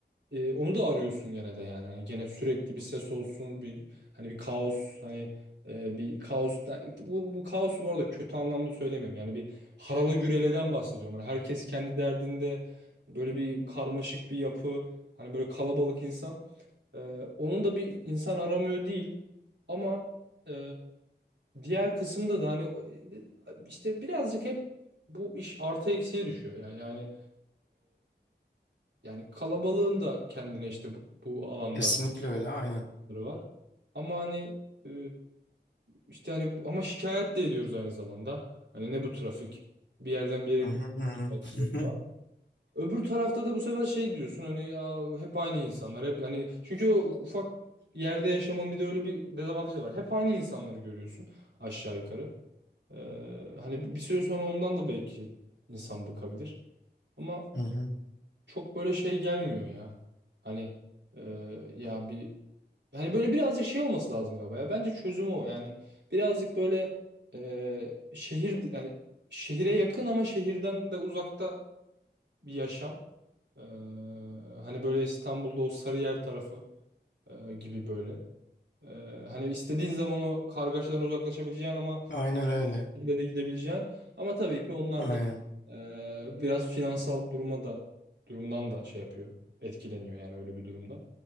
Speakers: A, on the right (about 85°); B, on the left (about 85°).
A: e, onu da arıyorsun gene de yani. Hani gene sürekli bir ses olsun, bir hani bir kaos, hani e, bir kaos da- bu, bu kaos bu arada kötü anlamda söylemiyorum. Yani bir harala güreleden bahsediyorum. Hani herkes kendi derdinde böyle bir karmaşık bir yapı, hani böyle kalabalık insan. E, onun da bir insan aramıyor değil. Ama e, diğer kısımda da hani o- işte birazcık hep bu iş artı eksiye düşüyor ya. Yani yani kalabalığın da kendine işte bu, bu alanda
B: Kesinlikle öyle, aynen.
A: var. Ama hani e, işte hani ama şikayet de ediyoruz aynı zamanda. Hani ne bu trafik? Bir yerden bir yere
B: Hı
A: gitmek
B: hı hı hı.
A: şikayet
B: <laughs>
A: ediyor falan. Öbür tarafta da bu sefer şey diyorsun hani ya, hep aynı insanlar hep hani çünkü o ufak yerde yaşamanın bir de öyle bir dezavantajı var. Hep aynı insanları görüyorsun aşağı yukarı. Ee, hani bir süre sonra ondan da belki insan bıkabilir. Ama
B: Hı hı.
A: çok böyle şey gelmiyor ya. Hani e, ya bir hani böyle birazcık şey olması lazım galiba ya. Bence çözümü o. Yani birazcık böyle e, şehir yani şehire yakın ama şehirden de uzakta bir yaşam. E, hani böyle İstanbul'da o Sarıyer tarafı e, gibi böyle. E, hani istediğin zaman o kargaşadan uzaklaşabileceğin ama
B: Aynen öyle.
A: şekilde de gidebileceğin. Ama tabii ki onlar
B: Aynen.
A: da e, biraz finansal duruma da durumdan da şey yapıyor. Etkileniyor yani öyle bir durumda.